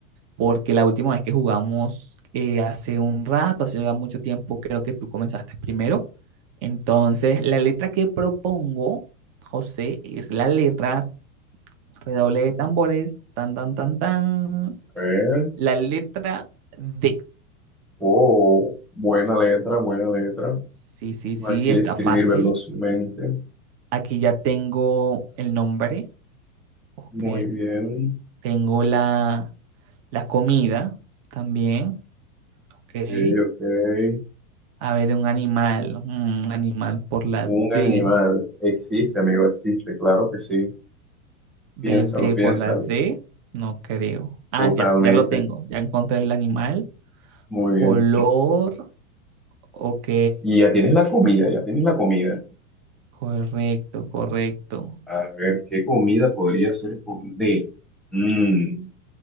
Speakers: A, on the right; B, in the centre.
A: porque la última vez que jugamos eh, hace un rato, hace ya mucho tiempo, creo que tú comenzaste primero. Entonces, la letra que propongo, José, es la letra redoble de tambores, tan, tan, tan, tan,
B: A ver.
A: la letra D.
B: Oh, buena letra, buena letra.
A: Sí, sí, sí,
B: Aquí
A: está
B: escribir
A: fácil.
B: velozmente.
A: Aquí ya tengo el nombre, ok.
B: Muy bien.
A: Tengo la, la comida también, ok.
B: Sí, ok.
A: A ver, un animal, mm, un animal por la
B: Un
A: D.
B: animal. Existe, amigo, existe. Claro que sí.
A: BD
B: Piénsalo, piénsalo.
A: por la D, no creo. Ah,
B: Totalmente.
A: ya, ya lo tengo. Ya encontré el animal.
B: Muy
A: Color,
B: bien.
A: ok.
B: Y ya tienes la comida, ya tienes la comida.
A: Correcto, correcto.
B: A ver, ¿qué comida podría ser con D? Mm,